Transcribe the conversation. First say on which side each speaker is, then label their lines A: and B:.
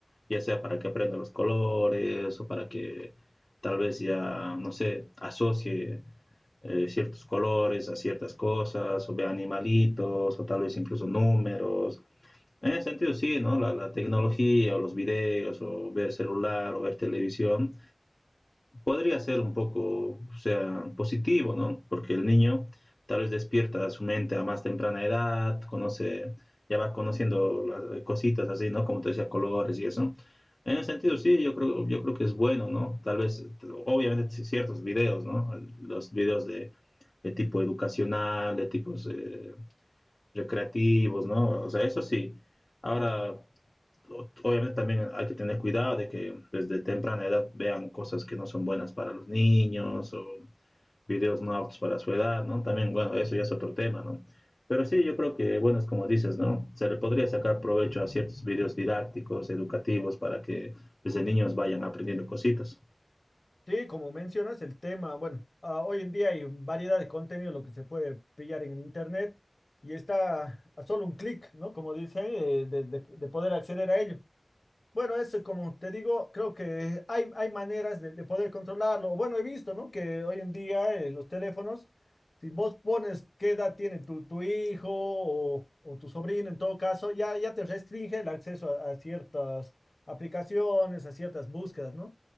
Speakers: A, on the left (about 50°); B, on the left (about 70°).
A: ya sea para que aprenda los colores o para que tal vez ya, no sé, asocie eh, ciertos colores a ciertas cosas o vea animalitos o tal vez incluso números. En ese sentido, sí, ¿no? La, la tecnología o los videos o ver celular o ver televisión podría ser un poco, o sea, positivo, ¿no? Porque el niño tal vez despierta su mente a más temprana edad, conoce, ya va conociendo las eh, cositas así, ¿no? Como te decía, colores y eso. En ese sentido, sí, yo creo, yo creo que es bueno, ¿no? Tal vez, obviamente, sí, ciertos videos, ¿no? Los videos de, de tipo educacional, de tipos eh, recreativos, ¿no? O sea, eso sí. Ahora, obviamente también hay que tener cuidado de que desde temprana edad vean cosas que no son buenas para los niños o videos no aptos para su edad, ¿no? También, bueno, eso ya es otro tema, ¿no? Pero sí, yo creo que, bueno, es como dices, ¿no? Se le podría sacar provecho a ciertos videos didácticos, educativos, para que desde niños vayan aprendiendo cositas.
B: Sí, como mencionas, el tema, bueno, ah, hoy en día hay variedad de contenido, lo que se puede pillar en el internet y está a solo un clic, ¿no? Como dicen, eh, de, de- de poder acceder a ello. Bueno, eso como te digo, creo que hay, hay maneras de, de poder controlarlo. O Bueno, he visto, ¿no? Que hoy en día eh, los teléfonos, si vos pones qué edad tiene tu, tu hijo o, o tu sobrino, en todo caso, ya, ya te restringe el acceso a, a ciertas aplicaciones, a ciertas búsquedas, ¿no?